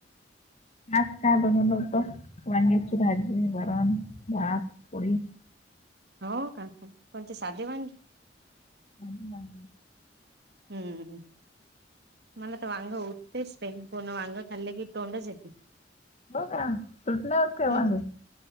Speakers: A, on the left; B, on the right.
A: आज काय बनव बतो वांग्याची भाजी वरण भात पोळी
B: हो का कोणते साधे वांगी
A: आणि
B: हम्मम्म म वाां उत्तेच पेन पूर्ण वाां कल्ले क इ टों जपी
A: का सुटले होत काय वांगे
B: ह्